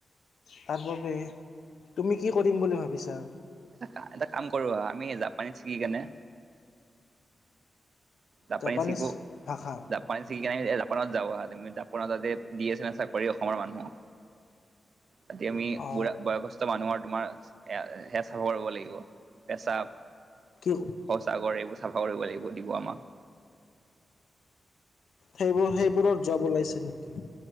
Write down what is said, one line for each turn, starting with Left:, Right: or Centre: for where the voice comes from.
Left: তাৰ বাবে তুমি কি কৰিম বুলি ভাবিছা?
Right: <unintelligible> এটা কাম কৰো আমি জাপানী চিকি কেনে যাপানিছ
Left: জাপানীজ
Right: শিকো
Left: ভাষা
Right: জাপানিছ শিকি কেনে জাপানত যাওঁ আহাঁ জাপানত দী আছে নহয় অসমৰ মানুহক আতিয়া আমি
Left: অ
Right: বুঢ়া বয় ক মানুহৰ তোমাৰ হে চাফা কৰিব লাগিব পেচাব
Left: কি
Right: সঁচা গৰ এইবোৰ চাফা কৰিব লাগিব দিব আমাক।
Left: সেইবোৰ সেইবোৰৰ যব ওলাইছে নেকি?